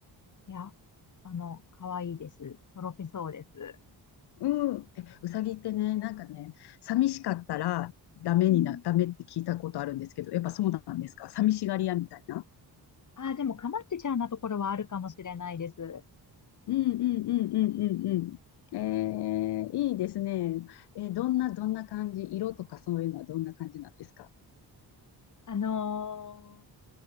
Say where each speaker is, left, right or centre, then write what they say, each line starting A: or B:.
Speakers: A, on the left; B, on the left.
A: いや、あの、可愛いいです。とろけそうです。
B: うん。え、うさぎってね、なんかね、寂しかったらダメにな、
A: うん。
B: ダメって聞いたことあるんですけど、やっぱそうなんですか寂しがり屋みたいな。
A: あ、でもかまってちゃんなところはあるかもしれないです。
B: うんうんうんうんうんうん。えー、いいですね。えーどんな、どんな感じ、色とかそういうのはどんな感じなんですか
A: あのー